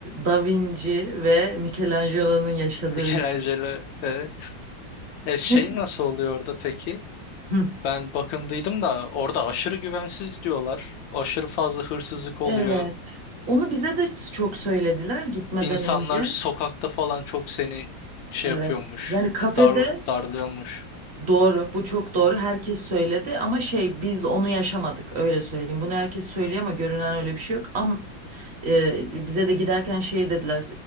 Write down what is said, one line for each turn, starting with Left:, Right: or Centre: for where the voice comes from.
Right: Da Vinci ve Michelangelo'nun yaşadığı
Left: <laughs> Michelangelo
Right: ülke.
Left: evet. E şey
Right: Ne?
Left: nasıl oluyor orada peki?
Right: Hı.
Left: Ben bakındıydım da orada aşırı güvensiz diyorlar. Aşırı fazla hırsızlık oluyor.
Right: Evet. Onu bize de çok söylediler gitmeden
Left: İnsanlar
Right: önce.
Left: sokakta falan çok seni şey
Right: Evet.
Left: yapıyormuş.
Right: Yani kafede
Left: Dar, darlıyormuş.
Right: Doğru, bu çok doğru. Herkes söyledi ama şey biz onu yaşamadık öyle söyleyeyim. Bunu herkes söylüyor ama görünen öyle bir şey yok. Ama e, bize de giderken şey dediler.